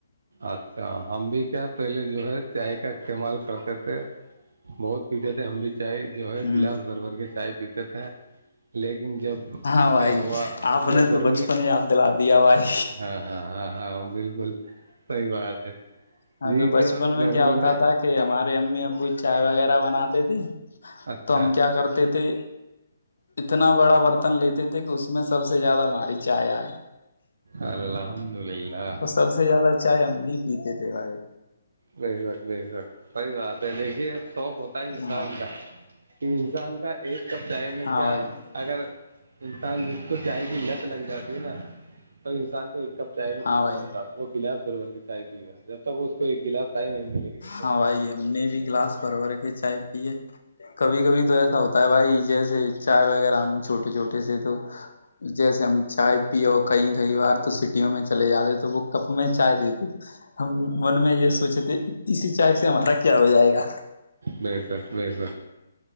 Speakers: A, on the right; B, on the left.
A: اچھا ہم بھی کیا پہلے جو ہے چائے کا استعمال کرتے تھے <unintelligible> بہت پیتے تھے ہم بھی چائے جو ہے
B: ہوں
A: گلاس بھر بھر کے چائے پیتا تھا لیکن لن جب
B: ہاں بھائی
A: کیا ہوا
B: آپ
A: جب
B: نے
A: گرمی
B: تو بچپن یاد دلا دیا بھائی
A: ہاں ہاں ہاں ہاں بالکل بات ہے <unintelligible>
B: ہاں
A: جی
B: تو بچپن
A: کی
B: میں
A: گرمی
B: کیا ہوتا تھا کہ ہمارے امی ابو چائے وغیرہ بناتی تے
A: اچھا
B: تو ہم کیا کرتے تھے اتنا بڑا برتن لیتے تھے کہ اس میں سب سب سے زیادہ ہماری چائے آئے
A: الحمد للہ
B: اور سب سے زیادہ چائے ہم بھی پیتے تھے صی بھائی
A: بے شک بے شک صحی بات ہے دیکھیے شوق ہوتا ہے انسان
B: ہاں
A: کا کہ انسان کا ایک کپ چائے میں
B: ہاں
A: کیا
B: بھائی
A: اگر انسان جس کو چاہے گ لت لگ جاتی ہے نا تو انسان کو ایک <unintelligible> چائے میں
B: ہاں
A: کچھ
B: بھائی
A: نہیں ہوتا وہ گلاس گربر <unintelligible> طائی کی گا جب تک اس کو ایک نہیں ملے گی تب تک
B: ہاں
A: سکون
B: بھائی
A: نہیں
B: ہم
A: ملے
B: نے بھی
A: گا
B: گلاس بھر بھر کے چائے پیے کبھی کبھی تو ایسا ہوتا ہے بھائی جیسے چائے وغیرہ ہم چھوٹے چھوٹے سے تو جیسے ہم چائے پیو کہیں کئی بار تو سٹیوں میں چلے جاتے تو وہ کپ میں چائے دیتے ہم من میں یہ سوچے تھے ا سی چس ارا کیا ہو جائے گا
A: بے شک بے شک